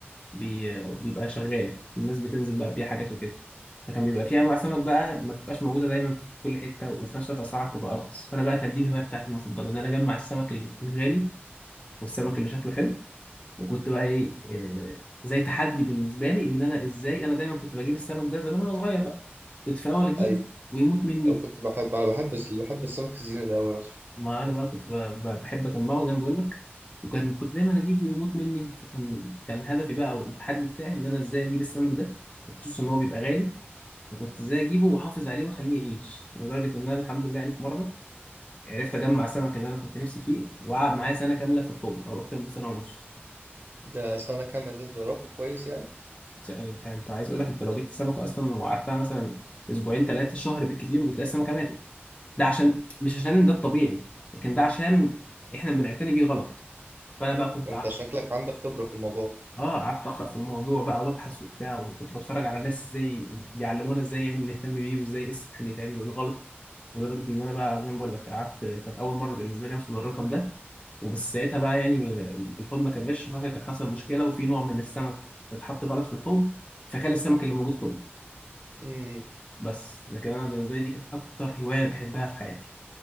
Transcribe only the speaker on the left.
بي... بيبقى شغال الناس بتنزل بقى تبيع حاجات وكده فكان بيبقى فيه انواع سمك بقى ما بتبقاش موجوده دايما في كل حته وفي نفس الوقت اسعارها بتبقى ارخص فانا بقى كانت دي الهوايه بتاعتي المفضله ان انا اجمع السمك الغالي والسمك اللي شكله حلو وكنت بقى ايه آه، زي تحدي بالنسبه لي ان انا ازاي انا دايما كنت بجيب السمك ده زمان وانا صغير بقى كنت في الاول اجيبه
ويموت مني
ما انا بقى كنت بقى بقى بحب اجمعه زي ما بقول لك وكان كنت دايما اجيبه ويموت مني فكان كان هدفي بقى او التحدي بتاعي ان انا ازاي اجيب السمك ده خصوصا ان هو بيبقى غالي فكنت ازاي اجيبه واحافظ عليه واخليه يعيش لدرجه ان انا الحمد لله يعني في مره عرفت اجمع السمك اللي انا كنت نفسي فيه وقعد معايا سنه كامله في الحوض او اكتر من سنه ونص
س- انت انت عايز اقول لك انت لو جبت سمكه اصلا وقعدتها مثلا اسبوعين ثلاثه شهر بالكثير وبتلاقي السمكه ماتت ده عشان مش عشان ده الطبيعي لكن ده عشان احنا بنعتني بيه غلط فانا بقى كنت
اه قعدت اقرا في الموضوع بقى وابحث وبتاع وكنت بتفرج على ناس ازاي بيعلمونا ازاي يعني نهتم بيه وازاي ايه الصح اللي يتعمل وايه الغلط لدرجه ان انا بقى زي ما بقول لك قعدت كانت اول مره بالنسبه لي اوصل للرقم ده وبس ساعتها بقى يعني الحوض ما كملش خاطر كان حصل مشكله وفي نوع من السمك اتحط غلط في الحوض فكان السمك اللي موجود كله
بس لكن انا بالنسبه لي دي كانت اكتر هوايه أنا بحبها في حياتي